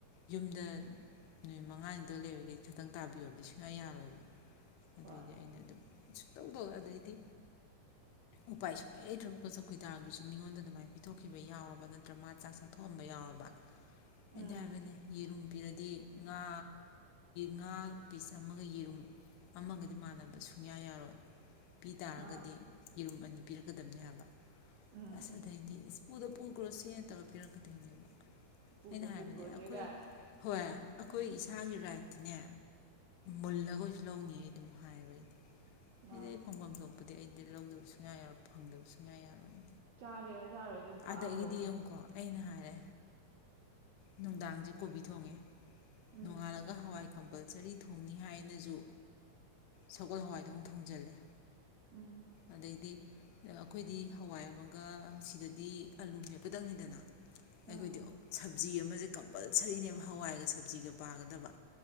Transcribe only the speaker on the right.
ꯍꯣꯏ
ꯎꯝ
ꯃꯥꯅꯤ
ꯎꯝ
ꯄꯨꯗ
ꯄꯨ ꯀ꯭ꯔꯣꯁꯦꯒ
ꯃꯥꯅꯤ
ꯆꯥꯒꯦꯔꯥ ꯆꯔꯣꯏꯔꯥ ꯑꯗꯨꯝ ꯈꯥꯛꯑꯝꯗꯧꯅꯤ
ꯎꯝ
ꯎꯝ
ꯑꯥ